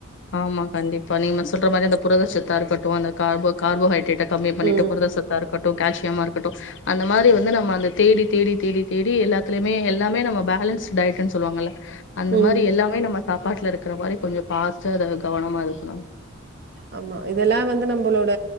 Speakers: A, on the left; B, on the right.
A: ஆமா கண்டிப்பா நீங்க சொல்ற மாரி அந்த புரதச்சத்தா இருக்கட்டூ அந்த காபோ கார்போஹைட்ரேட்டா கம்மி பண்ணிட்டு
B: ம்,
A: புரதசத்தாருக்கட் டு கால்சியமா இருக்கட்டு அந்த மாரி வந்து நம்ம அந்த தேடி தேடி தேடி தேடி எல்லாத்திலுமே எல்லாமே நம்ம பே லன்ஸ் டயட்டுன் சொல்லுவாங்கல்ல அந்த
B: ம்.
A: மாரி எல்லாமே நம்ம சாப்பாட்ல இருக்கிற மாரி கொஞ்சோ பாத்து அத கவனமா இருக்கணு
B: ஆமா இதெல்லாம வந்து நம்பளோட